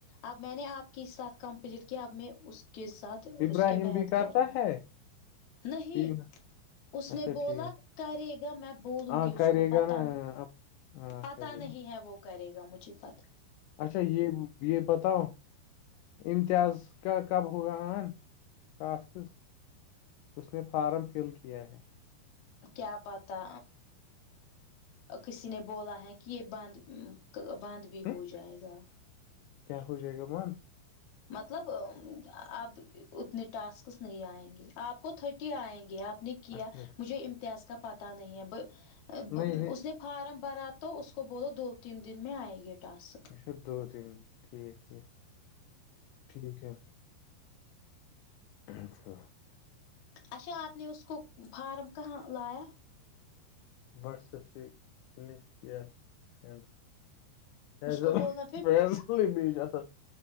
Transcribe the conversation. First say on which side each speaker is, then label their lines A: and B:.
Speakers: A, on the left; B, on the left.
A: اب میں نے آپ کے ساتھ کمپلیٹ کیا اب میں اس کے ساتھ
B: ابراہیم
A: اس کے بیید
B: بھی کرتا
A: کروں گا
B: ہے
A: نہیں
B: اچھا
A: اس نے بولا
B: ٹھیک
A: کرے گا میں بولوں
B: ہاں
A: گی اس
B: کرے
A: کو پت
B: گا نا اب ہاں
A: پتا
B: کرے گا
A: نہیں ہے وہ کرے گا مجھے پت
B: اچھا یہ یہ بتاؤ امتیاز کا کب ہوگا آن ٹاسکذ اس نے فارم فل کیا ہے
A: کیا پتا کسی نے بولا ہے کہ یہ بند بند بھی
B: ہم؟
A: ہو جائے گا
B: کیا ہوچ جائے گا مان
A: مطلب اب اتنے ٹاسکس نہیں آئیں گے آپ کو تھرٹی آئیں گی آپ نے کیا
B: اچھا
A: مجھے امتیاز کا پتا نہیں ہے
B: نہیں نہیں
A: اس نے فارم بھرات تو اس کو بولو دو تین دن میں آئے گی ٹاس
B: اچھا دو تین ٹھیک ٹھیک ٹھیک ہے اچھا
A: اچھا آپ نے اس کو فارم کہاں لایا
B: واٹس ایپ سے کلک کیئ سڈ ایسا
A: اس کو بولنا پھر
B: و بی تھا